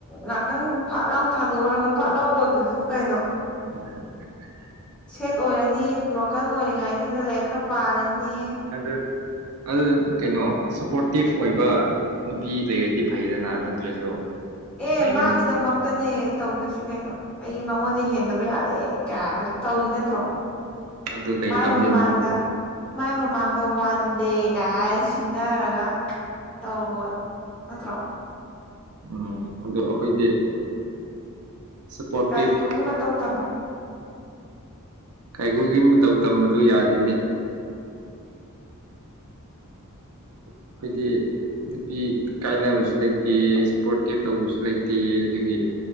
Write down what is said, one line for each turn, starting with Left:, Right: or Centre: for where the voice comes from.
Centre: ꯉꯥꯛꯇꯪ ꯐꯥꯠ ꯂꯥꯎ ꯊꯥꯗꯣꯛꯎꯔꯒ ꯐꯥꯠ ꯂꯥꯎ ꯑꯣꯏꯕꯗꯨꯕꯨ ꯀꯩꯅꯣ
Right: <unintelligible>
Centre: ꯁꯦꯠ ꯑꯣꯏꯔꯅꯤ ꯕ꯭ꯔꯣꯀꯟ ꯑꯣꯏꯔꯤꯉꯥꯏꯗꯨꯗ ꯂꯥꯏꯔꯤꯛ ꯈꯔ ꯄꯥꯔꯅꯤ
Right: ꯑꯗꯨ ꯑꯗꯨ ꯀꯩꯅꯣ ꯁꯞꯄꯣꯔꯇꯤꯞ ꯑꯣꯏꯕ ꯅꯨꯄꯤ ꯂꯩꯔꯗꯤ ꯐꯩꯗꯅ ꯅꯠꯇ꯭ꯔꯁꯨ
Centre: ꯑꯦ
Right: ꯂꯩꯗꯅꯤ
Centre: ꯃꯥꯒꯤꯗꯃꯛ ꯇꯅꯦ ꯇꯧꯗꯣꯏꯁꯤ ꯀꯩꯅꯣ ꯑꯩ ꯃꯉꯣꯟꯗ ꯍꯦꯟꯗꯕ ꯌꯥꯗꯦ ꯀꯥꯏꯅ ꯇꯧꯋ‌ꯏꯗꯨ ꯅꯠꯇ꯭ꯔꯣ
Right: ꯑꯗꯨ ꯂꯩꯇꯕꯅꯤꯅ
Centre: ꯃꯥꯏ ꯃꯃꯥꯡꯗ ꯃꯥꯏ ꯃꯃꯥꯡꯗ ꯋꯥꯟ ꯁꯟꯗꯦꯒ ꯍꯥꯏ ꯁꯤꯡꯅꯔꯒ ꯇꯧ ꯅꯠꯇ꯭ꯔꯣ
Right: ꯎꯝ ꯑꯗꯨ ꯑꯩꯈꯣꯏꯗꯤ ꯁꯄꯣꯔꯇꯤꯞ
Centre: ꯀꯥꯏꯀꯣꯒꯤ ꯃꯇꯧ ꯇꯝꯃꯣ
Right: ꯀꯥꯏꯒꯨꯒꯤ ꯃꯇꯧ ꯇꯝꯕꯗꯨ ꯌꯥꯗ‌ꯦꯅ‌ꯦ ꯑꯩꯈꯣꯏꯗꯤ ꯅꯨꯄꯤ ꯀꯥꯏꯅꯕꯁꯨ ꯂꯩꯇꯦ ꯁꯞꯄꯣꯔꯠꯇꯤꯕ ꯇꯧꯕꯁꯨ ꯂꯩꯇꯦ ꯑꯗꯒꯤ